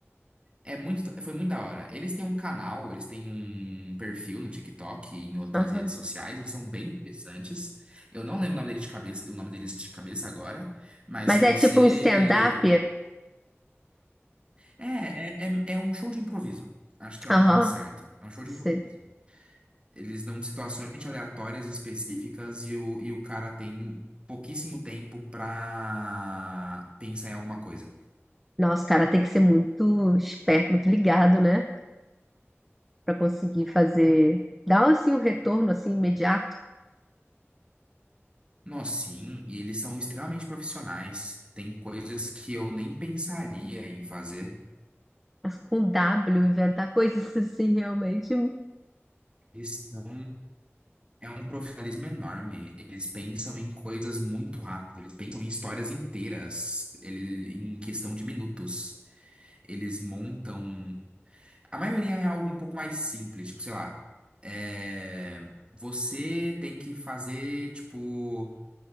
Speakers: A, on the right; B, in the centre.
A: é muito, foi muito da hora. Eles têm um canal, eles têm um perfil no TikTok e em outras
B: Aham.
A: redes sociais, eles são bem interessantes. Eu não lembro o nome dele de cabeça, o nome deles de cabeça agora, mas
B: Mas
A: se você.
B: é tipo um stand-up?
A: É, é, é, é um show de improviso. Acho que é
B: Aham.
A: o nome certo. É um show de
B: Sei.
A: improviso. Eles dão situações aleatórias e específicas e o, e o cara tem pouquíssimo tempo pra pensar em alguma coisa.
B: Nossa, o cara tem que ser muito esperto, muito ligado, né? para conseguir fazer, dar assim um retorno assim imediato,
A: Nossa, sim, e eles são extremamente profissionais. Tem coisas que eu nem pensaria em fazer.
B: mas com W inventar <laughs> coisas assim realmente.
A: Eles são, é um profissionalismo enorme. Eles pensam em coisas muito rápido, eles pensam em histórias inteiras, ele, em questão de minutos. Eles montam. A maioria é algo um pouco mais simples, tipo, sei lá. é, Você tem que fazer, tipo.